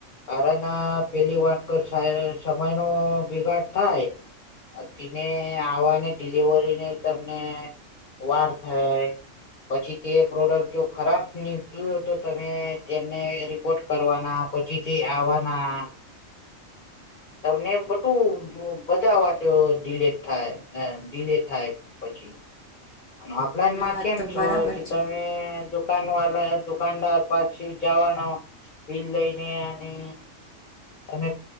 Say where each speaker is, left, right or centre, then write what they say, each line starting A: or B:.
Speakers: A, on the left; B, on the left.
A: અને ના પેલી વાર તો સમય નો બિગાડ થાય અને તેને આવાની ડિલિવરીને તમને વાર થાય પછી તે પ્રોડક્ટ જો ખરાબ નીકળું તો તમે તેમને રિપોર્ટ કરવાના પછીથી આવવાના તમને બધું બધા વાટે ડીલેટ થાય ડીલે થાય પછી ઓફલાઈનમાં
B: આ વાત
A: કેમ
B: તો
A: છો
B: બરાબર
A: કે
B: છે
A: તમે દુકાન વાલા દુકાનદાર પછી જવાનો બિલ લઈને અને અને